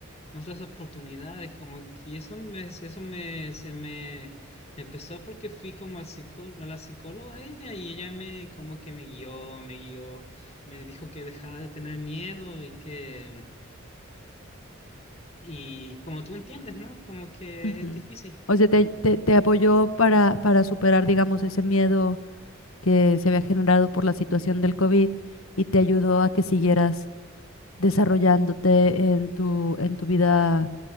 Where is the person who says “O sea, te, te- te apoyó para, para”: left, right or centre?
Left